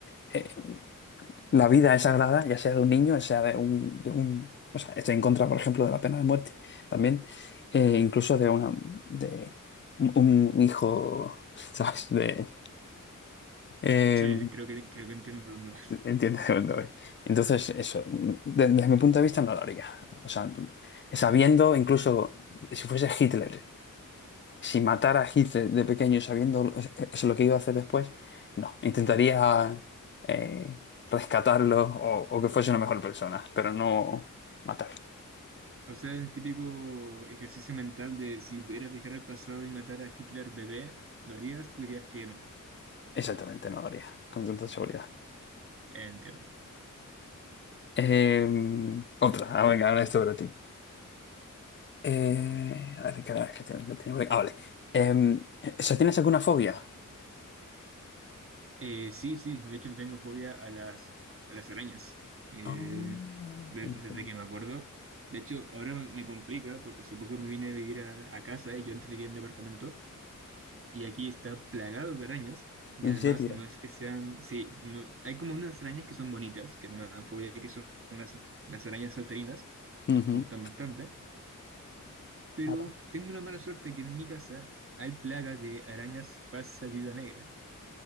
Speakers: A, on the left; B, on the right.
A: eh, la vida es sagrada, ya sea de un niño, ya sea de un, de un... O sea, estoy en contra, por ejemplo, de la pena de muerte también, eh, incluso de una de un, un hijo, <laughs> ¿sabes? De, eh,
B: Sí, creo que, creo que entiendo dónde vas.
A: Entiendo <laughs> de dónde voy. Entonces, eso, de- desde mi punto de vista no lo haría. O sea, no- sabiendo, incluso si fuese Hitler, si matara a Hitler de pequeño, sabiendo lo- es- es lo que iba a hacer después, no. Intentaría eh, rescatarlo o, o que fuese una mejor persona, pero no matarlo.
B: O sea, el típico ejercicio mental de si pudieras viajar al pasado y matar a Hitler bebé, ¿lo harías? Tú dirías que no.
A: Exactamente, no lo haría, con tanta seguridad.
B: Eh, entiendo.
A: Eh, otra, ah, venga, ahora esto para ti. Eh, a ver, ¿qué- qué tengo- qué tengo por aquí? Ah, vale. Em, ¿so- ¿tienes alguna fobia?
B: Eh, sí, sí, de hecho le tengo fobia a las, a las arañas. Eh,
A: Ah,
B: de-
A: entiendo.
B: desde que me acuerdo. De hecho, ahora me, me complica porque hace poco me vine a vivir a, a casa y yo antes vivía en departamento y aquí está plagado de arañas. Y
A: ¿En
B: además
A: serio?
B: no es que sean, sí, no- hay como unas arañas que son bonitas, que no me dan fobia, que son las, las arañas salterinas,
A: Ujú.
B: me gustan bastante Pero
A: Vale.
B: tengo una mala suerte que en mi casa hay plaga de arañas falsa viuda negra,